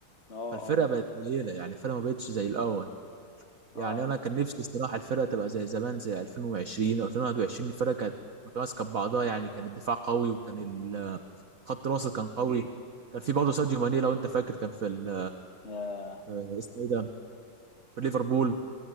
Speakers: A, on the left; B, on the right.
A: اه
B: فالفرقه
A: اه
B: بقت قليله يعني الفرقه ما بقتش زي الاول
A: اه
B: يعني انا كان نفسي الصراحه الفرقه تبقى زي زمان زي 2020 او 2021 الفرقه كانت متماسكه ببعضها يعني كان الدفاع قوي وكان ال- خط الوسط كان قوي كان في برضه ساديو ماني لو انت فاكر كان في ال-
A: يا
B: آه، اسمه ايه ده في ليفربول